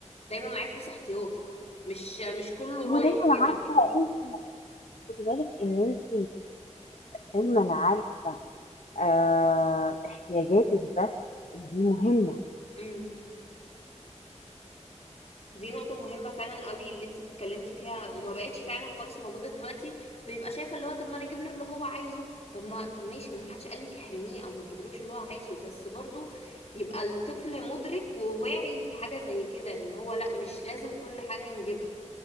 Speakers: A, on the left; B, on the left.
A: دايما معايا فلوس احتياطي مش مش كله
B: ودايما
A: رايح كده
B: عارفة
A: فاهمه
B: انت خدي بالك ان انت دايما عارفة آه احتياجاتك بس دي مهمة
A: امم دي نقطة مهمة فعلا قوي اللي انتي اتكلمتي فيها وما بقتش فعلا خالص موجودة دلوقتي بيبقى شايفة اللي هو طب ما انا اجيب له اللي هو عايزه طب ما طب ماشي ما حدش قالك احرميه او ما تجيبلوش اللي هو عايزه بس برضو يبقى الطفل مدرك وواعي لحاجة زي كده ان هو لا مش لازم كل حاجة نجيبها